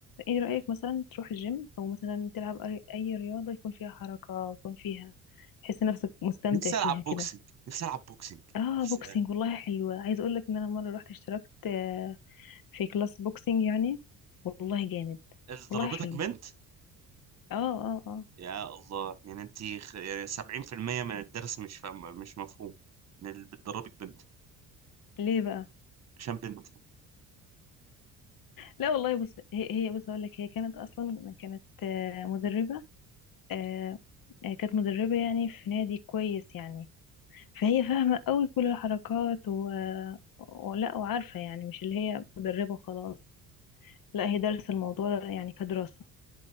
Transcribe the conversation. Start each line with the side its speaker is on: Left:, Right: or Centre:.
Left: ايه رأيك مثلا تروح الجيم او مثلا تلعب اي أي رياضة يكون فيها حركة يكون فيها تحس نفسك مستمتع
Right: نفسي
Left: فيها
Right: العب بوكسنج
Left: كده
Right: نفسي العب بوكسنج
Left: اه
Right: نفسي
Left: بوكسينج والله حلوة عايز اقول لك ان انا مرة رحت اشتركت آه في كلاس بوكسينج يعني والله جامد
Right: اللي
Left: والله
Right: ضربتك
Left: حلو
Right: بنت
Left: اه اه اه
Right: يا الله يعني انت خ- يعني 70% من الدرس مش فاهم مش مفهوم من اللي بتضربك بنت
Left: ليه بقى
Right: عشان بنت
Left: لا والله بص هي هي بص اقول لك هي كانت اصلا كانت آه، مدربه آه، آه، كانت مدربه يعني في نادي كويس يعني فهي فاهمه قوي كل الحركات و... ولا وعارفه يعني مش اللي هي مدربه وخلاص لا هي دارسه الموضوع ده يعني كدراسه